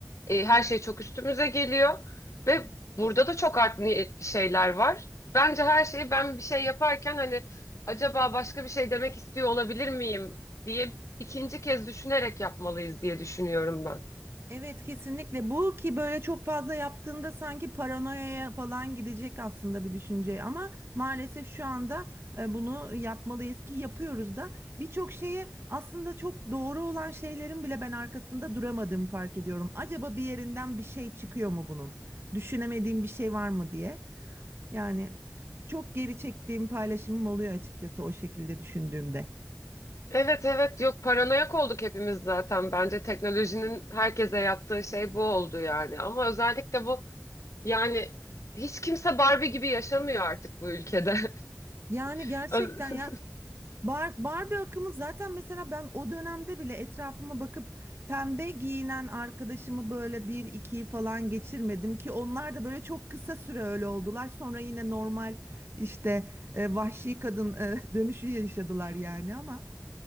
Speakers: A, on the left; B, on the right.
A: e, her şey çok üstümüze geliyor ve burada da çok art niyetli şeyler var. Bence her şeyi ben bir şey yaparken hani acaba başka bir şey demek istiyor olabilir miyim diye ikinci kez düşünerek yapmalıyız diye düşünüyorum ben.
B: Evet kesinlikle bu ki böyle çok fazla yaptığında sanki paranoyaya falan gidecek aslında bir düşünce ama maalesef şu anda e, bunu yapmalıyız ki yapıyoruz da birçok şeye aslında çok doğru olan şeylerin bile ben arkasında duramadığımı fark ediyorum. Acaba bir yerinden bir şey çıkıyor mu bunun? Düşünemediğim bir şey var mı diye. Yani çok geri çektiğim paylaşımım oluyor açıkçası o şekilde düşündüğümde.
A: Evet evet yok paranoyak olduk hepimiz zaten. Bence teknolojinin herkese yaptığı şey bu oldu yani. Ama özellikle bu yani hiç kimse Barbie gibi yaşamıyor artık bu ülkede. <laughs>
B: Yani gerçekten
A: Ö-
B: ya Bar Barbie akımı zaten mesela ben o dönemde bile etrafıma bakıp pembe giyinen arkadaşımı böyle bir ikiyi falan geçirmedim ki onlar da böyle çok kısa süre öyle oldular. Sonra yine normal işte e, vahşi kadın e, <laughs> dönüşü yaşadılar yani ama